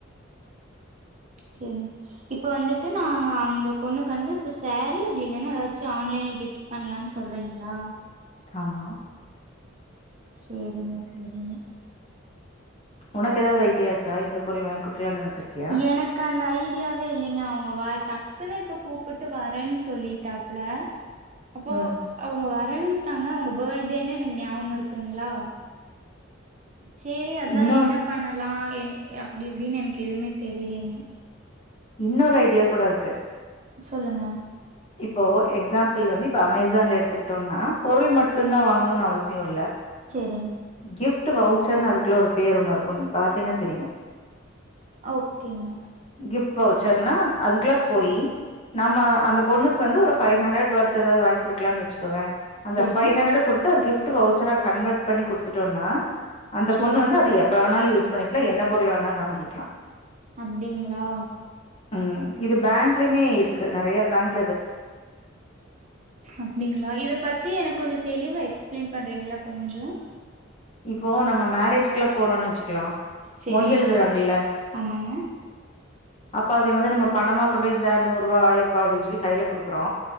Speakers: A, on the right; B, on the left.
A: செரி இப்ப வந்துட்டு நானா அந்த பொண்ணுக்கு வந்து இப்ப சேரீ அப்டி இல்லைன்னா எதாச்சு ஆன்லைன்ல கிஃப்ட் பண்ணலானு சொல்றீங்ளா
B: ஆமா
A: செரிங்க செரிங்க
B: உனக்கு ஏதாவது ஐடியா இருக்கா இந்த பொருள் வாங்கி குடுக்கலான்னு நெனச்சிருக்கியா
A: எனக்கு அந்த ஐடியாவே இல்லைங்க அவங்க வ டக்குன்னு இப்பொ கூப்புட்டு வரேன்னு சொல்லிட்டாப்புல அப்போ
B: ம்
A: அவங்க வர ரன்ட்டாங்க அவங்க பேர்டேன்னு எனக்கு நியாவம் இருக்குங்ளா சேரி அதா
B: இன்னு
A: என்ன பண்ணலா எ அப்டி இப்டின்னு எனக்கு எதுவுமே தெரிய்லேங்க
B: இன்னொரு ஐடியா கூட இருக்கு
A: சொல்லுங்க
B: இப்போ எக்ஸாம்பிள் வந்து இப்ப அமேசான்ல எடுத்துக்ட்டோனா பொருள் மட்டுந்தா வாங்கணுனு அவசியோ இல்ல
A: சேரிங்
B: கிஃப்ட் வவுச்சர்ன்னு அதுக்குள்ள ஒரு பேரு ஒன்னு இருக்கு நீ பாத்தேன்னா தெரியு
A: ஓகேங்க
B: கிஃப்ட் வவுச்சர்னா அதுக்குள்ளார போயி நாம அந்த ண்ணுக்கு வந்து ஒரு ஃபைவ் ஹண்ட்றட் ஒர்த் எதாது வாங்கி குடுக்கலானு வச்சுக்குவ அந்த
A: சேரிங்
B: ஃபைவ் ஹண்ட்றட் கொடுத்த கிஃப்ட் ட் வவுச்சரா கன்வெர்ட் பண்ணி குடுத்துட்டோனா அந்த
A: சேரிங்
B: பொண்ணு வந்து அத எப்ப வேணாலு யூஸ் பண்ணிக்கலா என்ன பொருள் வே ணாலு வாங்கிக்கலா
A: அப்டிங்களா
B: ம் இது பேங்க்லயுமே இருக்கு நெறைய பேங்க்
A: அப்டிங்ளா இத பத்தி எனக்கு கொஞ்சொ தெளிவா எக்ஸ்பிளைன் பண்றீங்களா கொஞ்சோ
B: இப்போ நம்ம மேரேஜ்க்கெல்லா போறோன்னு வச்சுக்கலா
A: சேரிங்
B: மொய் எழுதுறாங்கல்ல
A: ஆமாங்க
B: அப்ப அதை வந்து நம்ம பணமா கொண்டு போய் இந்தா நூறுவா ஆயிரூபா அப்டின்னு சொல்லி கையில குடுக்குறோ